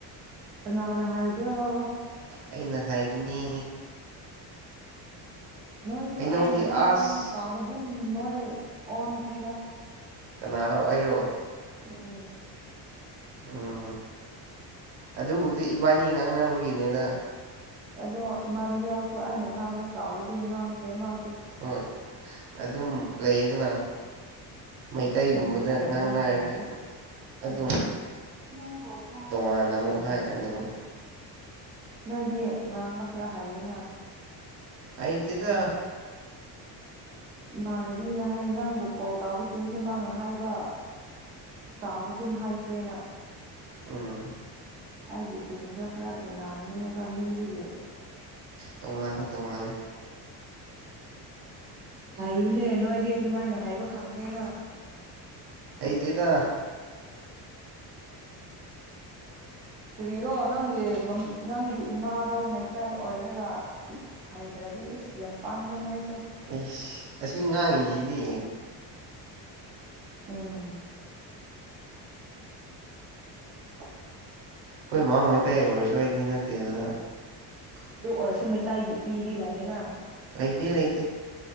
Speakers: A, on the right; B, on the right.
A: ꯉꯅ ꯍꯥꯏꯕ꯭ꯔꯥꯣ
B: ꯑꯩꯅ ꯍꯥꯏꯕꯅꯤ
A: ꯅꯣꯏꯁꯨ
B: ꯍꯩꯅꯧꯗꯤ
A: ꯑꯩꯅ ꯋꯥ
B: ꯑꯁ
A: ꯉꯥꯡꯕꯇꯥꯎꯗ ꯑꯗꯨꯝ ꯎꯝ ꯂꯣꯏ ꯑꯣꯟꯗ꯭ꯔꯦꯗ
B: ꯀꯅꯥꯔꯣ ꯑꯩꯔꯣ
A: ꯎꯝ
B: ꯎꯝ ꯑꯗꯨꯕꯨꯗꯤ ꯏꯕꯥꯅꯤ ꯉꯥꯡꯅꯕꯒꯤꯅꯦꯗ
A: ꯑꯗꯣ ꯏꯃꯥꯅꯨ ꯌꯥꯦꯜꯁꯨ ꯑꯩꯅ ꯉꯥꯡꯕ ꯆꯥꯎ ꯑꯗꯨꯝ ꯉꯥꯡꯈ꯭ꯔꯦ ꯃꯥ
B: ꯍꯣꯏ ꯑꯗꯨꯝ ꯂꯩꯗꯅ ꯃꯩꯇꯩꯒꯨꯝꯕꯗ
A: ꯎꯝ ꯌꯥꯎ
B: ꯉꯥꯡꯅꯔꯗꯤ
A: ꯋꯥꯉꯃꯦ ꯐꯉ
B: ꯑꯗꯨꯝ
A: ꯎꯝ
B: ꯇꯣꯉꯥꯟꯅ ꯑꯃꯨꯛ
A: ꯑ
B: ꯍꯥꯏꯈ꯭ꯔꯅꯤ ꯑꯃꯨꯛ
A: ꯅꯪꯗꯤ ꯉꯥꯡꯕ ꯈꯔ ꯍꯥꯏꯌꯦꯅ
B: ꯑꯩꯗꯤꯗ
A: ꯏꯃꯥꯟꯅꯕꯤꯅ ꯍꯥꯏꯌꯦ ꯅꯪꯕꯨ ꯀꯣ ꯀꯥꯎꯕꯁꯤꯡꯁꯨ ꯅꯪꯅ ꯍꯥꯏꯕ ꯏꯁꯇꯥꯥꯎꯗ ꯑꯗꯨꯝ ꯍꯥꯏꯈ꯭ꯔꯦꯅ
B: ꯎꯝ
A: ꯑꯩꯒꯤ ꯇꯨꯟꯗꯣ ꯈꯔ ꯇꯣꯉꯥꯟꯕꯅꯦꯕ ꯃꯤꯒ
B: ꯇꯃꯅꯦ ꯇꯃꯅꯦ
A: ꯍꯕꯅꯦ ꯅꯣꯏꯗꯤ ꯑꯗꯨꯃꯥꯏꯅ ꯍꯥꯏꯕ ꯈꯪꯗꯦꯅ
B: ꯑꯗꯤꯗ
A: ꯀꯔꯤꯔꯣ ꯅꯪꯒꯤ ꯅꯪꯒꯤ ꯏꯃꯥꯗꯣ ꯃꯩꯇꯩꯥꯏ ꯑꯣꯏꯔꯒ ꯍꯩꯇ꯭ꯔꯗꯤ ꯏꯁꯁ ꯌꯥꯝ ꯄꯥꯡꯉꯦ ꯅꯣꯏꯁ
B: ꯑꯁ ꯑꯁꯤ ꯉꯥꯡꯉꯤꯁꯤꯗꯤ
A: ꯎꯝ <inaudible>
B: ꯑꯩꯣꯏ ꯃꯥ ꯃꯩ ꯇꯥꯏ ꯑꯣꯏꯔ ꯋꯥꯏꯒꯤ ꯅꯠꯇꯦꯔ
A: ꯑꯗꯨ ꯑꯣꯏꯔꯁꯨ ꯃꯩꯇꯩꯗꯤ ꯏꯗꯤ ꯂꯩꯑꯦꯅ
B: ꯂꯩꯇ ꯂꯩꯇ